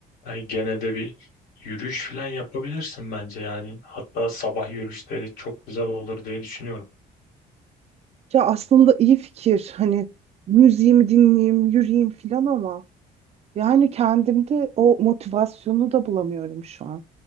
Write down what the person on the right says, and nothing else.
Ya aslında iyi fikir. Hani müziğimi dinleyeyim, yürüyeyim falan ama Yani kendimde o motivasyonu da bulamıyorum şu an.